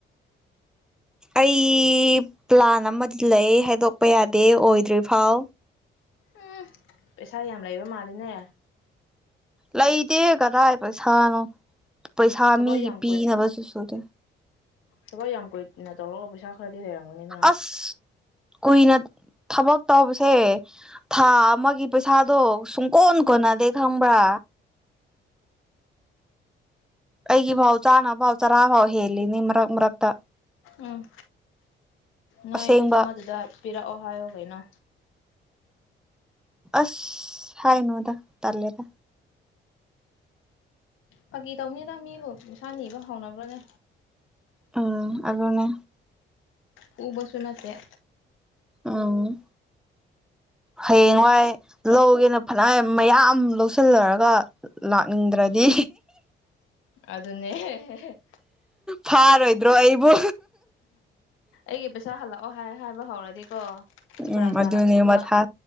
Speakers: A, in the centre; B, on the left.
A: ꯑꯩ ꯄ꯭ꯂꯥꯟ ꯑꯃꯗꯤ ꯂꯩ ꯍꯥꯏꯗꯣꯛꯄ ꯌꯥꯗꯦ ꯑꯣꯏꯗ꯭ꯔꯤꯐꯥꯎ
B: ꯎꯝ ꯄꯩꯁꯥ ꯌꯥꯝ ꯂꯩꯕ ꯃꯥꯜꯂꯦꯅꯦ
A: ꯂꯩꯗꯦ ꯀꯗꯥꯏ ꯄꯩꯁꯥꯅꯣ ꯄꯩꯁꯥ
B: ꯊꯕꯛ
A: ꯃꯤꯒꯤ
B: ꯌꯥꯝ
A: ꯄꯤꯅꯕꯁꯨ ꯁꯨꯅꯦꯦ
B: ꯊꯕꯕꯥꯛ ꯌꯥꯝ ꯀꯨꯏꯅ ꯇꯧꯔꯒ ꯄꯩꯁꯥ ꯈꯔꯗꯤ ꯂꯩꯔꯝꯒꯅꯤꯗꯅ
A: ꯑꯁ ꯀꯨꯏꯅ ꯊꯕꯛ ꯇꯧꯕꯁꯦ ꯊꯥ ꯑꯃꯒꯤ ꯄꯩꯁꯥꯗꯣ ꯁꯨꯡꯀꯣꯟ ꯀꯣꯟꯅꯗꯦ ꯈꯪꯕ꯭ꯔꯥ ꯑꯩꯒꯤꯕꯥꯎ ꯆꯥꯅꯥ ꯥꯎ ꯆꯔꯥꯕꯥꯎꯕ ꯍꯥꯏꯦꯜꯂꯤ ꯅꯤꯡ ꯔ ꯃꯛꯇ
B: ꯎꯝ ꯅꯣꯏ
A: ꯑꯁꯦꯡꯕ
B: ꯑꯃꯗꯨꯗ ꯄꯤꯔꯛꯑꯣ ꯍꯥꯏꯌꯣ ꯀꯩꯅꯣ
A: ꯑꯁ ꯍꯥꯏꯅꯣꯗ ꯇꯂꯦꯗ
B: ꯐꯥꯒꯤ ꯇꯧꯅꯤ ꯇꯧꯃꯤꯕꯨ ꯏꯁꯥꯅꯤꯕ ꯍꯧꯥꯎꯅꯕ꯭ꯔꯅꯦ
A: ꯎꯝ ꯑꯒꯅꯦ
B: ꯎ ꯁꯨꯟ ꯑꯇꯩ
A: ꯑ ꯍꯌꯦꯡꯋꯥꯏ ꯂꯧꯒꯦꯅ ꯐꯅꯌꯥꯝ ꯃꯌꯥꯝ ꯂꯧꯁꯤꯜꯂꯔꯒ ꯂꯥꯛꯅꯤꯡꯗ꯭ꯔꯗꯤ
B: ꯑꯗꯨ ꯑꯗꯨꯅꯦꯦ
A: ꯐꯥꯔꯣꯏꯗ꯭ꯔꯣ ꯑꯩꯕꯨ
B: ꯑꯩꯒꯤ ꯄꯩꯁꯥ ꯍꯜꯂꯛꯑꯣ ꯍꯥꯏ ꯍꯥꯏꯕ ꯍꯧꯔꯗꯤꯀꯣ ꯐꯔꯛ
A: ꯎꯝ
B: ꯇꯥꯔꯛꯀꯅꯦꯕ
A: ꯑꯗꯨꯗ ꯅꯊ